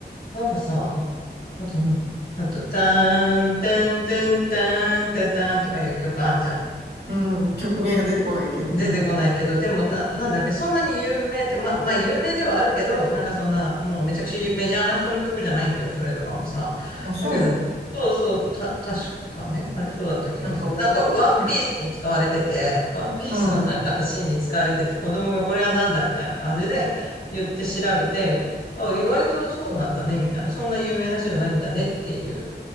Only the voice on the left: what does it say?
なんかさ、あとね、あと、ターン、テン、テン、テン、テタンとかいう曲あんじゃん。
出てこないけど、
でもな、なんだっけ、そんなに有名って、まあ、まあ、有名ではあるけど、なんかそんな、もうめちゃくちゃ有メジャーな人の曲じゃないんだよ、それとかもさ。
だけど、そうそう、た、確かね、あれそうだった気がする。
なんか、ワンピースに使われてて、
ワンピースの中のシーンに使われてて、
子供がこれはなんだみたいな感じで言って調べて、あ、意外とそうなんだね、みたいな、そんな有名な人じゃないんだねっていう